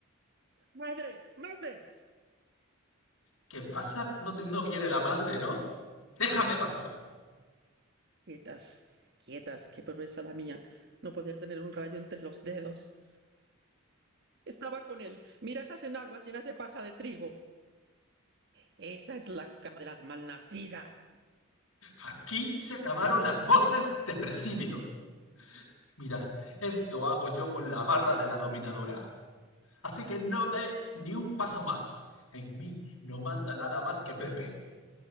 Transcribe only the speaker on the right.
Madre, madre.
Quietas, quietas, qué proeza la mía, no poder tener un rayo entre los dedos. Estaba con él. Mira esas enaguas llenas de paja de trigo. Esa es la cama de las malnacidas.